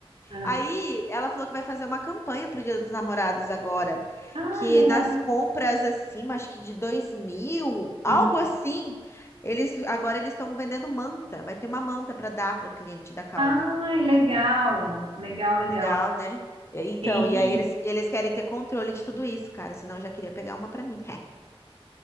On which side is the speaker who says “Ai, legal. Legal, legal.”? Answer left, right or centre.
Right